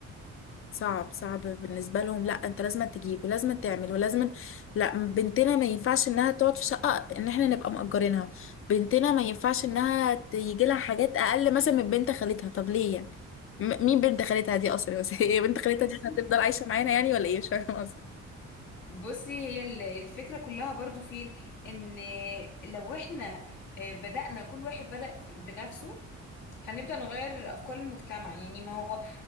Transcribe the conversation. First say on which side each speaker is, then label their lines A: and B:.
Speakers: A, on the left; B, on the left.
A: صعب صعب بالنسبة لهم لا انت لازم تجيب ولازم تعمل ولازم لا بنتنا ما ينفعش انها تقعد في شقة ان احنا نبقى مأجرينها بنتنا ما ينفعش انها تيجي لها حاجات اقل مثلا من بنت خالتها طب ليه يعني م- مين بنت خالتها دي اصلا <laughs> بس هي بنت خالتها
B: بصي
A: دي هتفضل عايشة معانا يعني ولا ايه مش فاهمة
B: بصي هي ال- الفكرة كلها برضو فين ان لو احنا آه، بدأنا كل واحد بدأ في- بنفسه هنبدأ نغير أفكار المجتمع يعني ما هو